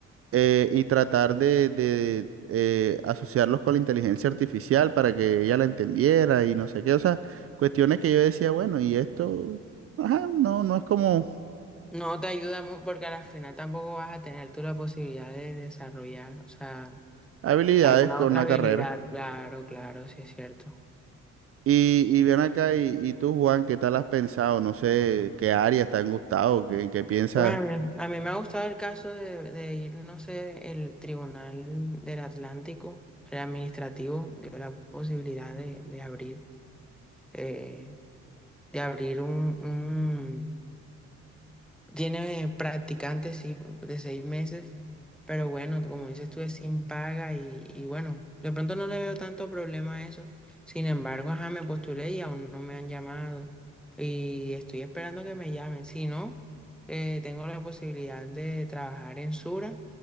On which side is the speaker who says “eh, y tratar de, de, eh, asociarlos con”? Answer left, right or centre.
Right